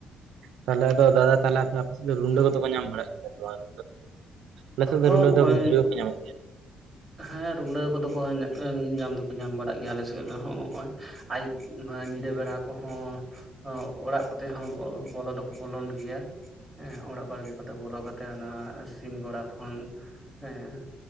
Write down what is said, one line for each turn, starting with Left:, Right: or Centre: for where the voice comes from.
Right: ᱛᱟᱦᱚᱞᱮ ᱟᱫᱚ ᱫᱟᱫᱟ ᱛᱟᱦᱚᱞᱮ ᱟᱯᱮ ᱥᱮᱫ ᱫᱚ ᱨᱩᱸᱰᱟᱹ ᱠᱚᱫᱚ ᱠᱚ ᱧᱟᱢ ᱵᱟᱲᱟᱜ ᱜᱮᱭᱟ ᱥᱮ ᱵᱟᱝ? ᱟᱞᱮ ᱥᱮᱫ ᱫᱚ
Centre: ᱦᱚᱸ
Right: ᱨᱩᱸᱰᱟᱹ
Centre: ᱵᱚᱠᱚᱧ
Right: ᱫᱚ <inaudible> ᱧᱟᱢᱚᱜ ᱜᱮᱭᱟ᱾
Centre: ᱦᱮᱸ ᱨᱩᱸᱰᱟᱹ ᱠᱚᱫᱚ ᱠᱚ ᱧᱟᱢ ᱫᱚᱠᱚ ᱧᱟᱢ ᱵᱟᱲᱟᱜ ᱜᱮᱭᱟ ᱟᱞᱮ ᱥᱮᱫ ᱨᱮᱦᱚᱸ ᱱᱚᱜᱚᱭ ᱟᱭᱩᱵ ᱱᱚᱣᱟ ᱧᱤᱫᱟᱹ ᱵᱮᱲᱟ ᱠᱚᱦᱚᱸ᱾ ᱚᱲᱟᱜ ᱠᱚᱛᱮ ᱦᱚᱸ ᱵᱚᱞᱚ ᱫᱚᱠᱚ ᱵᱚᱞᱚᱱ ᱜᱮᱭᱟ᱾ ᱦᱮᱸ ᱚᱲᱟᱜ ᱵᱟᱲᱜᱮ ᱠᱚᱛᱮ ᱵᱚᱞᱚ ᱠᱟᱛᱮᱜ ᱚᱱᱟ ᱥᱤᱢ ᱜᱚᱲᱟ ᱠᱷᱚᱱ ᱦᱮᱸ